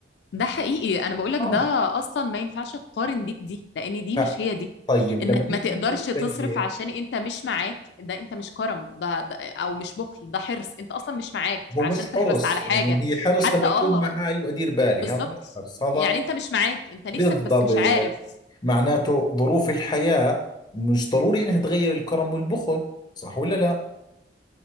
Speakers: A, on the left; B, on the left.
A: ده حقيقي انا بقول لك
B: اه
A: ده اصلا ما ينفعش تقارن دي بدي لان دي
B: ف-
A: مش هي دي
B: طيب لما
A: انك
B: نيجي
A: ما تقدرش
B: نشوف
A: تصرف
B: زي هيك
A: عشان انت مش معاك ده انت مش كرم ده, ده او مش بخل ده حرص انت اصلا مش معاك عشان
B: هو مش
A: تحرص
B: حرص
A: على حاجة
B: يعني هي حرص
A: حتى
B: لما يكون
A: اه
B: معي وأدير بالي
A: بالظبط
B: هذا مش حرص
A: يعني
B: هذا
A: انت مش معاك انت نفسك
B: بالضبط
A: بس مش عارف
B: معناته ظروف الحياة مش ضروري انها تغير الكرم والبخل صح ولا لا